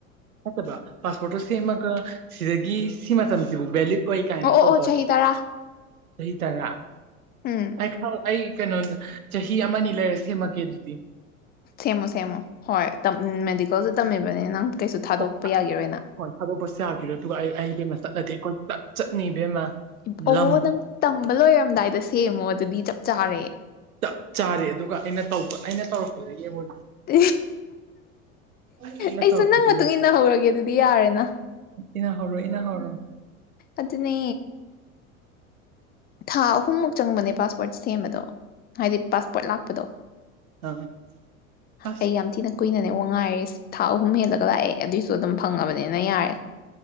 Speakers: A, on the right; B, on the left.
A: ꯅꯠꯇꯕ ꯄꯥꯁꯄꯣꯔꯠꯇꯣ ꯁꯦꯝꯃꯒ ꯁꯤꯗꯒꯤ ꯁꯤ ꯃꯇꯝꯁꯤꯕꯨꯛ ꯚꯦꯂꯤꯠ ꯑꯣꯏ ꯀꯥꯏꯅ
B: ꯑꯣ ꯑꯣ
A: ꯇꯧꯕꯗꯣ
B: ꯑꯣ ꯆꯍꯤ ꯇꯔꯥ
A: ꯆꯍꯤ ꯇꯔꯥ
B: ꯎꯝ
A: ꯑꯩ ꯈꯪ ꯑꯩ ꯀꯩꯅꯣ ꯆꯍꯤ ꯑꯃꯅꯤ ꯂꯩꯔ ꯁꯦꯝꯃꯛꯀꯦ ꯑꯗꯨꯗꯤ
B: ꯁꯦꯝꯃꯣ ꯁꯦꯝꯃꯣ ꯍꯣꯏ ꯇꯝ ꯃꯦꯗꯤꯀꯦꯜꯁꯨ ꯇꯝꯃꯤꯕꯅꯤ ꯅꯪ ꯀꯩꯁꯨ ꯊꯥꯗꯣꯛꯄ
A: ꯍꯣ
B: ꯌꯥꯒꯤꯔꯣꯏꯅ
A: ꯑ ꯍꯣꯏ ꯊꯥꯗꯣꯛꯄꯁꯨ ꯌꯥꯈꯤꯔꯣꯏ ꯑꯗꯨꯒ ꯑꯩ ꯑꯩ ꯅꯠꯇꯦ ꯑꯩ ꯀꯣꯢꯄꯨꯂꯞ ꯆꯠꯅꯤ ꯏꯕꯦꯝꯃ
B: <unintelligible>
A: ꯂꯝ
B: ꯅꯪ ꯇꯝꯕ ꯂꯣꯏꯔꯝꯗꯥꯏꯗ ꯁꯦꯝꯃꯣ ꯑꯗꯨꯗꯤ ꯆꯞ ꯆꯥꯔꯦ
A: ꯆꯞ ꯆꯥꯔꯦ ꯑꯗꯨꯒ ꯑꯩꯅ ꯇꯩꯕ ꯑꯩꯅ ꯇꯧꯔꯛꯄꯗꯤ ꯌꯦꯡꯉꯨ
B: <unintelligible> <unintelligible>
A: ꯑꯩꯅ
B: ꯑꯩꯁꯨ
A: ꯇꯧꯔꯛꯄꯗꯨ
B: ꯅꯪ ꯃꯇꯨꯡ ꯏꯟꯅꯍꯧꯔꯒꯦ ꯑꯗꯨꯗꯤ ꯌꯥꯔꯦꯅ
A: ꯏꯅꯍꯧꯔꯣ ꯏꯅꯍꯧꯔꯣ
B: ꯑꯗꯨꯅꯦ ꯊꯥ ꯑꯍꯨꯝꯃꯨꯛ ꯆꯪꯕꯅꯦ ꯄꯥꯁꯄꯣꯔꯠ ꯁꯦꯝꯕꯗꯣ ꯍꯥꯏꯗꯤ ꯄꯥꯁꯄꯣꯔꯠ ꯂꯥꯛꯄꯗꯣ
A: ꯑꯥ ꯑꯁ
B: ꯑꯩ ꯌꯥꯝ ꯊꯤꯅ ꯀꯨꯏꯅꯅꯦ ꯋꯥ ꯉꯥꯏꯔꯤꯁꯦ ꯊꯥ ꯑꯍꯨꯝ ꯍꯦꯜꯂꯒ ꯂꯥꯛꯑꯦ ꯑꯗꯨꯏꯁꯨ ꯑꯗꯨꯝ ꯐꯪꯉꯕꯅꯤꯅ ꯌꯥꯔꯦ